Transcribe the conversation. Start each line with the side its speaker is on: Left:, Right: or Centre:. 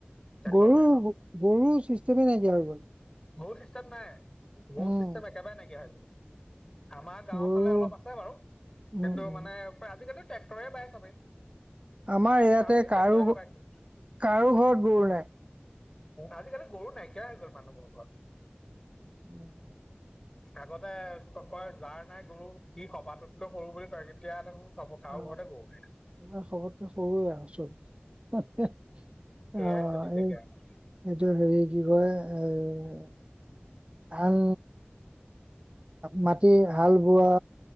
Left: ট্ৰেক্টৰ
Right: গৰু,
Left: লগাই ন
Right: গৰু চিষ্টেমে নাইকিয়া হৈ গ'ল।
Left: গৰু চিষ্টেম নাই, গৰু
Right: উম
Left: ছিষ্টেম একেবাৰে নাইকিয়া হৈ গ'ল। আমাৰ গাঁওৰ
Right: গৰু
Left: ফালে অলপ আছে বাৰু
Right: উম,
Left: কিন্তু
Right: উম,
Left: মানে আজিকালি ট্ৰেক্টৰে বাই চবেই
Right: আমাৰ ইয়াতে
Left: আমি ট্ৰেক্টৰে
Right: কাৰো
Left: লগাইছো
Right: কাৰো ঘৰত গৰু নাই।
Left: আজিকালি গৰু নাইকিয়া হৈ গ'ল মানুহবোৰ ঘৰত
Right: উম
Left: আগতে কয় যাৰ নাই গুৰু সি সবাতোতকৈ সৰু বুলি কয় কেতিয়া দেখোন চব কাৰো
Right: অ
Left: ঘৰতে গৰু নাই
Right: এ খবৰকে সৰুৱে আৰু চব
Left: সেইয়াই
Right: অ',
Left: চলি থাকে
Right: এই
Left: আৰু
Right: এইটো হেৰি কি কয় এ ধান মাটি হাল বোৱা